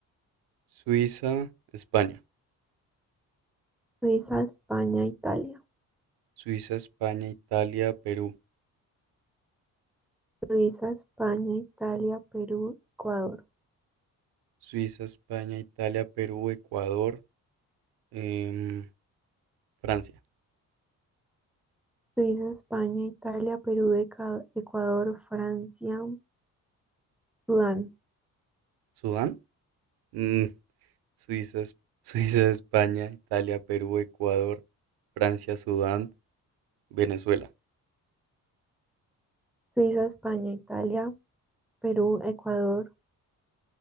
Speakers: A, on the right; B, in the centre.
A: Suiza, España.
B: Suiza, España, Italia.
A: Suiza, España, Italia, Perú.
B: Suiza, España, Italia, Perú, Ecuador.
A: Suiza, España, Italia, Perú, Ecuador, em, Francia.
B: Suiza, España, Italia, Perú, Eca- Ecuador, Francia, Sudán.
A: ¿Sudán? <laughs> Suiza, Es- Suiza, España, Italia, Perú, Ecuador, Francia, Sudán, Venezuela.
B: Suiza, España, Italia, Perú, Ecuador,